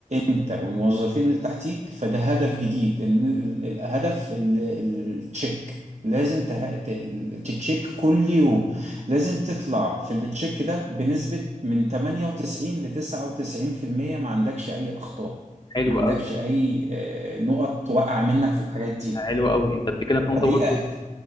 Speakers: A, on the right; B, on the left.
A: انت والموظفين اللي تحتيك فده هدف جديد ان ال- ال- هدف ال- ال- التشيك لازم ته- ت- ال- تتشيك كل يوم لازم تطلع في التشيك ده بنسبة من 98 ل 99% ما عندكش اي اخطاء
B: حلو
A: ما عندكش
B: قوي
A: اي آه، نقط واقعة منك في الحاجات دي
B: حلو قوي انت بتتكلم في نقطه
A: فدي
B: برضو
A: أه...